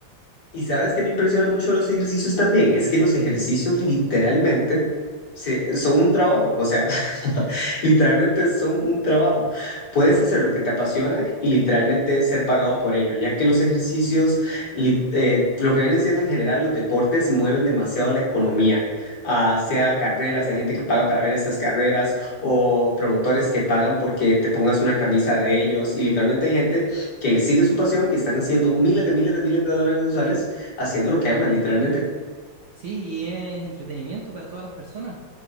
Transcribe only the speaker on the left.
Y sabes que me impresiona mucho de los ejercicios también, es que los ejercicios literalmente se- son un trabajo, o sea, <laughs> literalmente son un trabajo. Puedes hacer lo que te apasiona y literalmente ser pagado por ello, ya que los ejercicios, li- eh, lo que vienen siendo en general los deportes, mueven demasiado la economía, Ah, sea carreras, hay gente que paga para ver estas carreras o promotores que pagan porque te pongas una camisa de ellos y literalmente hay gente que sigue su pasión y están haciendo miles de miles de miles de dólares mensuales haciendo lo que aman, literalmente.